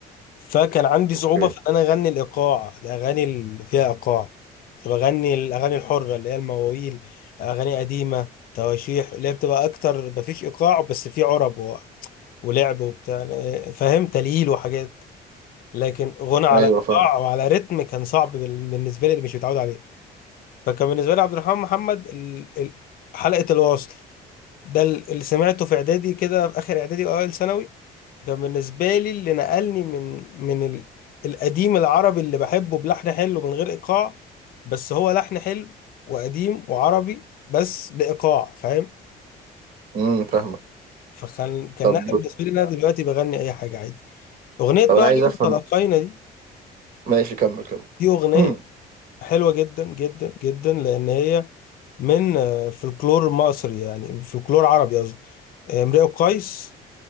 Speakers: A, on the left; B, on the right.
A: فكان عندي
B: اوكي
A: صعوبه في ان انا اغني الايقاع الاغاني اللي فيها ايقاع كنت بغني الاغاني الحره اللي هي المواويل اغاني قديمه تواشيح اللي هي بتبقى اكتر مفيش ايقاع بس في عرب و... ولعب وبتاع فاهم تليل وحاجات لكن غنى على
B: ايوه
A: ايقاع
B: فاهم
A: وعلى رتم كان صعب بال- بالنسبه لي اللي مش متعود عليه فكان بالنسبه لي عبد الرحمن محمد ال- ال- حلقه الواصل ده ال- اللي سمعته في اعدادي كده في اخر اعدادي واوائل ثانوي فكان بالنسبه لي اللي نقلني من من ال- القديم العربي اللي بحبه بلحن حلو من غير ايقاع بس هو لحن حلو وقديم وعربي بس بايقاع فاهم
B: امم فاهمك
A: فكان كان
B: طب
A: نقله بالنسبه لي إن انا دلوقتي بغني اي حاجه عادي اغنيه بقى
B: طب انا عايز
A: لما
B: افهم
A: تلاقينا دي
B: ماشي كمل كمل
A: دي اغنيه
B: <clears throat>
A: حلوة جدا جدا جدا لأن هي من آه، فلكلور مصري يعني فلكلور عربي قصدي آه، امرئ القيس